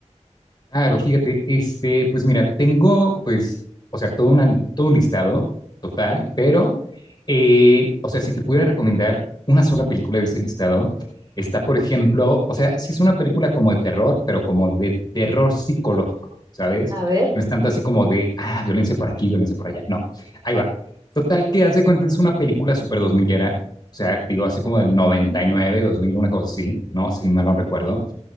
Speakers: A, on the left (about 35°); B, on the right (about 35°).
A: Claro, fíjate, este, pues mira, tengo, pues, o sea, todo, una- todo un listado total, pero, eh, o sea, si te pudiera recomendar una sola película de ese listado, está, por ejemplo, o sea, si es una película como de terror, pero como de terror psicológico, ¿sabes?
B: A ver,
A: No es tanto así como de, ah, violencia por aquí, violencia por allá. No, ahí va. Total, que haz de cuenta, es una película súper dos milera, o sea, te digo, así como del
B: ujú.
A: noventa y nueve, dos mil una cosa así, ¿no? Si mal no recuerdo.